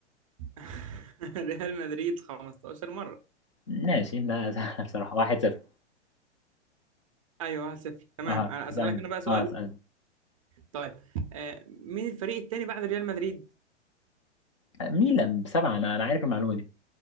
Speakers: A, on the right; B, on the left.
A: <laughs> ريال مدريد 15 مره
B: ماشي لا <laughs> سهل بصراحه 1-0
A: ايوه 1-0 تمام
B: اه
A: انا اسالك
B: اسالني
A: انا بقى سؤال
B: اه اسالني
A: طيب آه مين الفريق التاني بعد ريال مدريد
B: آه، ميلان بسبعه انا انا عارف المعلومه دي